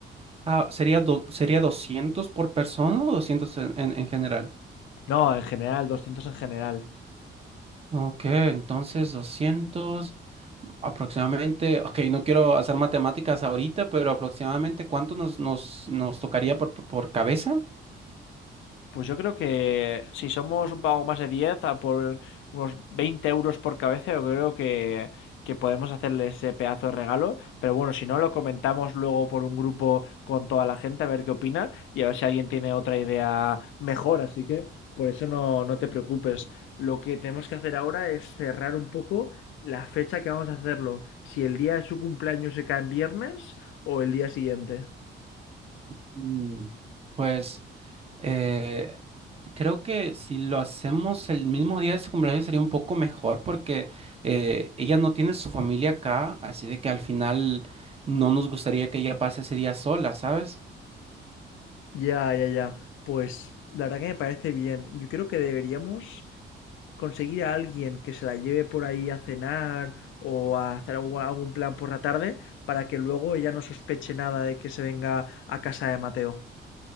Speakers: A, on the right; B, on the left.
A: Ah, ¿sería, do- sería doscientos por persona o 200 en, en, en general?
B: No, en general, 200 en general.
A: Ok, entonces 200 aproximadamente. Ok, no quiero hacer matemáticas ahorita, pero aproximadamente cuánto nos, nos, nos tocaría por, por cabeza?
B: Pues yo creo que si somos un pago más de 10 a por unos 20 euros por cabeza, yo creo que, que podemos hacerle ese pedazo de regalo. Pero bueno, si no, lo comentamos luego por un grupo con toda la gente, a ver qué opina y a ver si alguien tiene otra idea mejor. Así que por eso no, no te preocupes. Lo que tenemos que hacer ahora es cerrar un poco la fecha que vamos a hacerlo. Si el día de su cumpleaños se cae en viernes o el día siguiente.
A: Mm. Pues. Eh, creo que si lo hacemos el mismo día de su cumpleaños sería un poco mejor porque eh, ella no tiene su familia acá, así de que al final no nos gustaría que ella pase ese día sola, ¿sabes?
B: Ya, ya, ya. Pues la verdad que me parece bien. Yo creo que deberíamos conseguir a alguien que se la lleve por ahí a cenar o a hacer algún, algún plan por la tarde para que luego ella no sospeche nada de que se venga a casa de Mateo.